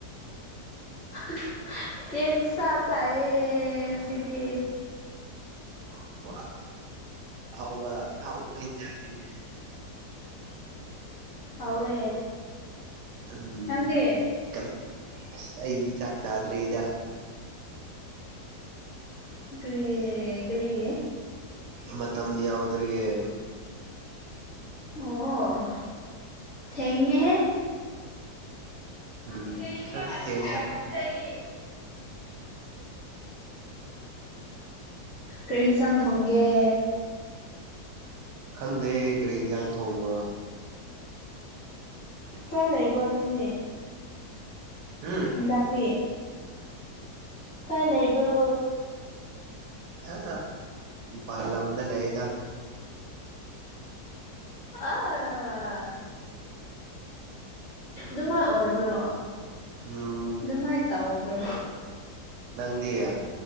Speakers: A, on the left; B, on the right.
A: <inaudible> ꯌꯦꯟꯁꯥ ꯆꯥꯌꯦ ꯉꯁꯤꯗꯤ
B: <unintelligible> ꯑꯍꯥꯎꯕ <unintelligible>
A: ꯍꯥꯎꯋꯦ
B: ꯎꯝ
A: ꯅꯪꯗꯤ
B: ꯀꯩ ꯑꯁ ꯑꯩꯗꯤ ꯆꯥꯛ ꯆꯥꯗ꯭ꯔꯤꯗ
A: ꯀ꯭ꯔꯤ ꯀꯔꯤꯒꯤ
B: ꯃꯇꯝ ꯌꯧꯗ꯭ꯔꯤꯌꯦ
A: ꯑꯣ ꯊꯦꯡꯉꯦ
B: ꯎꯝ
A: ꯏꯖꯩ ꯏꯒꯦ
B: ꯈꯔ
A: ꯃꯥꯁꯤ
B: ꯊꯦꯡꯈ꯭ꯔꯦ
A: ꯍꯥꯏꯔꯛꯄꯣꯗꯨꯗ ꯑꯩꯗꯤ ꯀꯔꯤ ꯌꯦꯟꯁꯥꯡ ꯊꯣꯡꯒꯦ
B: ꯈꯪꯗꯦ ꯀꯔꯤ ꯏꯟꯖꯥꯡ ꯊꯣꯡꯕ꯭ꯔꯣ
A: ꯀꯥꯏ ꯂꯩꯕ꯭ꯔꯣ ꯅꯪꯗꯤ
B: ꯎꯝ
A: ꯍꯟꯗꯛꯇꯛꯇꯤ ꯀꯥꯏ ꯂꯩꯕ꯭ꯔꯣ
B: ꯑ ꯄꯥꯜ ꯂꯝꯂꯝꯗ ꯂꯩꯗ
A: ꯑ ꯅꯨꯡꯉꯥꯏ ꯑꯣꯏꯕ꯭ꯔꯣ
B: ꯎꯝ
A: ꯑꯗꯨꯃꯥꯏꯅ ꯇꯧꯕ꯭ꯔꯣ
B: ꯅꯪꯗꯤꯌꯥ